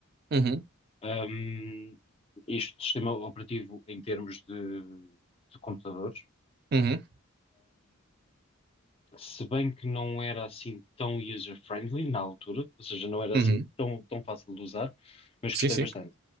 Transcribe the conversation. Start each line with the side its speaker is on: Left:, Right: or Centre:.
Right: Uhum,
Left: Ahm, este sistema operativo em termos de, de computadores.
Right: uhum,
Left: se bem que não era assim tão user-friendly na altura, ou seja, não era
Right: uhum.
Left: assim tão, tão fácil de usar, mas
Right: Sim,
Left: gostei
Right: sim.
Left: bastante.